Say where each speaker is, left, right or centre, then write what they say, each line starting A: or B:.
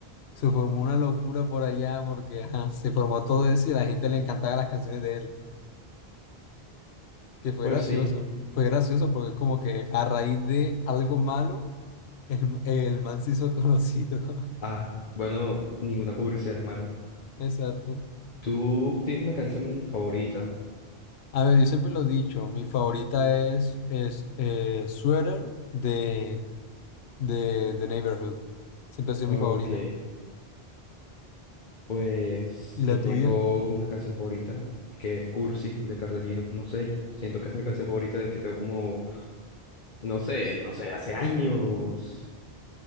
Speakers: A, on the left (about 85°); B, on the left (about 50°).
A: se formó una locura por allá porque ajá, se formó todo eso y a la gente le encantaban las canciones de él. que fue
B: pues
A: gracioso.
B: sí.
A: Fue gracioso porque es como que a raíz de algo malo, el, el man se hizo conocido.
B: Ah, bueno, ninguna publicidad es mala.
A: <laughs> Exacto.
B: ¿Tú tienes una canción favorita?
A: A ver, yo siempre lo he dicho, mi favorita es, es eh, Sweater de, de The Neighborhood. Siempre ha sido
B: Ok,
A: mi favorita.
B: pues
A: ¿Y la
B: yo tengo
A: tuya?
B: una canción favorita que es Cursi de Cardellino. No sé, siento que esa es mi canción favorita de que tengo como, no sé, no sé, hace años.